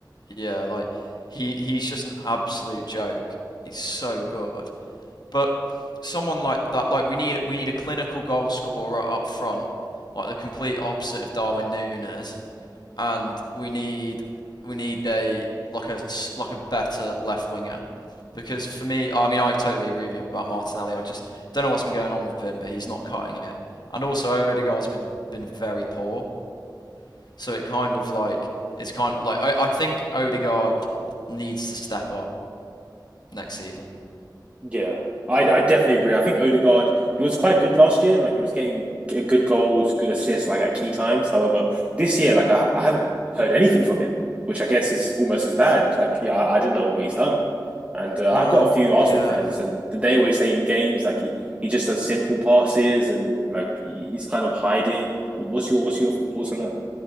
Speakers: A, on the left; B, on the right.
A: yeah, like he he's just an absolute joke. He's so good. But someone like that, like we need we need a clinical goal scorer up front, like the complete opposite of Darwin Nunes, and we need we need a like a like a better left winger because for me, I mean, I totally agree with you about Martinelli. I just don't know what's been going on with him, but he's not cutting it. And also, Odegaard's been been very poor, so it kind of like it's kind of like I, I think Odegaard needs to step up next season.
B: Yeah, I I definitely agree. I think Odegaard he was quite good last year. Like he was getting g- good goals, good assists, like at key times. However, this year, like I, I haven't heard anything from him, which I guess is almost as bad. Like yeah, I, I didn't know what he's done. And uh,
A: No,
B: I've
A: um,
B: got a few Arsenal
A: yeah.
B: friends, and they always say in games like he, he just does simple passes and like he, he's kind of hiding. What's your what's your thoughts on that?